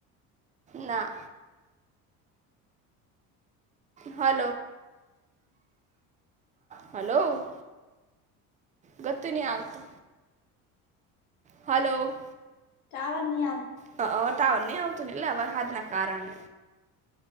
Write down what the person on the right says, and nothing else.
ના. Hello hello. ગતિ નહીં આવતો. હલો.
હ ટાવર નહી આવતું ને એટલે વરહાદ કારણ